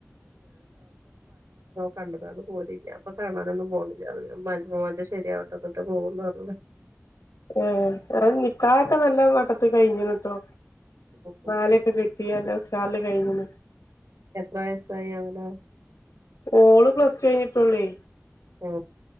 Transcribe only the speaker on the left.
ഏ നിക്കാഒക്കെ നല്ല മട്ടത്ത് കയിഞ്ഞ്ണ് ട്ടൊ.
മാലൊക്കെ കെട്ടി നല്ല ഉഷാർല് കഴിഞ്ണ്.
ഓള് പ്ലസ് ടു കഴിഞ്ഞിട്ടുള്ളേ.